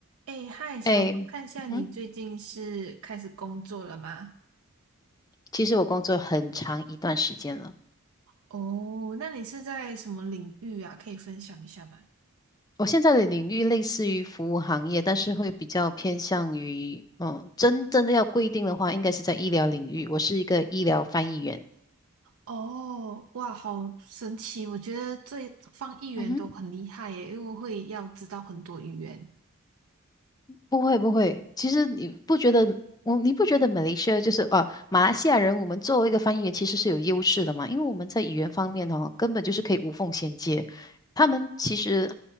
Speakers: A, on the right (about 70°); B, on the left (about 15°).
A: 哎，嗨，想问看一下你最近是开始工作了吗？
B: 哎，嗯，其实我工作很长一段时间了。
A: 哦，那你是在什么领域啊？可以分享一下吗？
B: 我现在的领域类似于服务行业，但是会比较偏向于，嗯，真正的要规定的话，应该是在医疗领域。我是一个医疗翻译员。
A: 哦，哇，好神奇！我觉得这方议员都很厉害耶，
B: 嗯哼。
A: 因为会要知道很多语言。
B: 不会不会，其实你不觉得我你不觉得马来西亚就是啊马来西亚人，我们作为一个翻译员其实是有优势的嘛，因为我们在语言方面哦，根本就是可以无缝衔接。他们其实